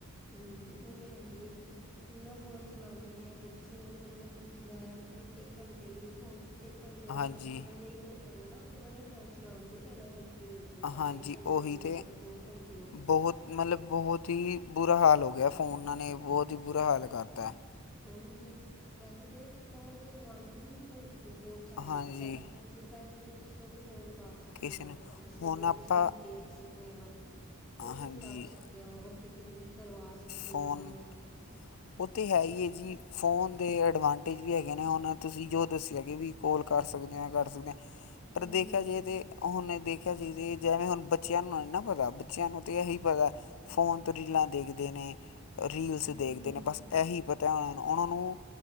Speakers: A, in the centre; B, on the left (about 75°).
A: ਹਮ, ਉਹ ਤੇ ਐਹੀ ਜੀ। ਇੰਨਾ ਫੋਨ ਚਲਾਉਂਦੇ ਨੇ ਬੱਚੇ, ਮਤਲਬ ਕਿ ਮੈਂ ਇੱਕ ਘੰਟੇ ਲਈ ਫੋਨ 'ਚ' ਘੰਟੇ
B: ਹਾਂਜੀ
A: ਅਗਰ ਆਪਾਂ ਉਹ ਨੂੰ ਨਹੀਂ ਟੋਕਾਂਗੇ ਨਾ ਤੇ ਉਹਨਾਂ ਨੇ ਫੋਨ ਚਲਾਉਣ ਦੀ ਰਹਿਨਾਂ ਘੰਟੇ। ਚਾਹੇ
B: ਹਾਂਜੀ
A: ਇੱਕ ਘੰਟੇ
B: ਉਹੀ
A: ਹੋਣ,
B: ਤੇ
A: ਚਾਹੇ ਦੋ ਘੰਟੇ ਹੋਣ।
B: ਬਹੁਤ ਮਤਲਬ ਬਹੁਤ ਹੀ ਬੁਰਾ ਹਾਲ ਹੋ ਗਿਆ। ਫੋਨਾਂ ਨੇ
A: ਹਾਂ।
B: ਬਹੁਤ ਬੁਰਾ ਹਾਲ ਕਰਤਾ।
A: ਉਹੀ ਤੇ ਵੈਸੇ ਤੇ ਫੋਨ ਦੇ ਅਡਵਾਂਟੇਜ ਵੀ ਬਹੁਤ ਨੇ, ਬਹੁਤ। ਸਾਰੇ
B: ਹਾਂਜੀ
A: ਨੇ ਕਿ ਆਪ ਦੂਰ ਬੈਠੇ ਹੋਏ, ਕਿਸੇ ਨੂੰ ਵੀ ਫੋਨ ਕਰ ਸਕਦੇ। ਸਕਦੇ
B: ਕਿਸੇ
A: ਹਾਂ।
B: ਨੇ
A: ਆਪਾਂ ਕਿਸੇ
B: ਹੁਣ
A: ਨੂੰ ਵੀ,
B: ਆਪਾਂ
A: ਕਿਸੇ ਨੂੰ ਵੀ ਦੇਖ ਸਕ ਸਕਦੇ ਆ। ਕੁਛ
B: ਹਾਂਜੀ
A: ਵੀ ਕਰ ਸਕਦੇ ਹਾਂ, ਕੋਈ ਟਿਕਟ ਬੁੱਕ ਕਰਵਾ ਸਕਦੇ
B: ਫੋਨ
A: ਹਾਂ।
B: ਉਹ ਤਾਂ ਹੈ ਹੀ ਹੈ ਜੀ। ਫ਼ੋਨ ਦੇ ਐਡਵਾਂਟੇਜ ਵੀ ਹੈਗੇ ਨੇ, ਉਹੁਨਾਂ ਤੁਸੀਂ ਜੋ ਦੱਸਿਆ ਕਿ ਵੀ। ਕੋਲ ਸਕਦੇ ਹੈ, ਕਰ ਸਕਦੇ ਹਾਂ, ਪਰ
A: ਹਮ
B: ਦੇਖਿਆ ਜਾਏ ਤੇ ਹੁਣ ਦੇਖਿਆ ਤੇ ਜਿਵੇਂ ਹੁਣ ਬੱਚਿਆਂ ਨੂੰ ਨਾ ਪਤਾ, ਬੱਚਿਆਂ ਨੂੰ ਤੇ ਇਹੀ ਪਤਾ। ਫੋਨ ਤੋਂ ਰੀਲਾਂ ਦੇਖਦੇ ਨੇ, ਰੀਲਸ
A: ਹਮ
B: ਦੇਖਦੇ।
A: ਹਮ
B: ਨੇ ਬਸ ਇਹੀ ਪਤਾ ਹੁਣ ਉਹਨਾਂ ਨੂੰ